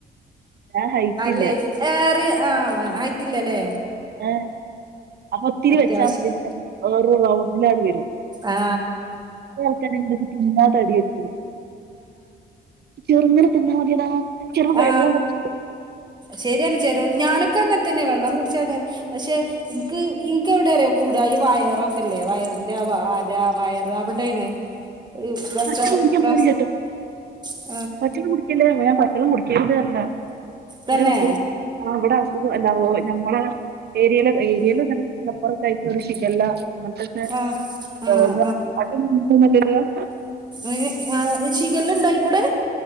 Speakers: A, on the right (about 60°); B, on the right (about 20°).
A: ഞാൻ ഹൈറ്റ്
B: അല്ലേ
A: ഇല്ല
B: ഏറെ ആ ആയിറ്റ്ല്ലല്ലേ
A: ഏ അപ്പോ ഒത്തിരി
B: അത്യാവശ്യം
A: വെച്ചാ മതി വേറെ റൗണ്ടിലാണ് വരും
B: ആ
A: ആൾക്കാര എന്ത തിന്ന തടി വെക്കും ചെറുങ്ങെ തന്ന മതിയെടാ ചെറു വെള്ളം
B: ആ
A: കുടിച്ച്
B: ശരിയാണ് ചേരോ ഞാനൊക്കെങ്ങനെതനെ വെള്ളം കുടിച്ചാ പക്ഷെ ഇനിക്ക് ഇ ക്ക എവിടെറിയ കൂടാ ഈ വയറ ഒക്കെല്ലേ വയറിന്റെ ആരാ വയറ് അവിടെണ് പ്രശ
A: പച്ചള്ളം കുടിക്കാൻ
B: പ്ര
A: പാടില്ലട്ടോ
B: <unintelligible>
A: പച്ചള്ളം കുടിക്കല്ലേ ഞാൻ പച്ചള കുടിക്ക ചെയ്തു തരണ്ട
B: തന്നെ
A: ഒരേ വസു ആ ഇവിടെ ഇ അല്ല ഓ നമ്മള ഏരിയയില ഏരിയൽ <unintelligible> ഒരു ശിഖല്ല <unintelligible>
B: ആഹ് ആഹ്
A: രോഗം <unintelligible>
B: ഏഹ് ആഹ് ഷിഖല്ലാ ഇണ്ടായി. കൂടെ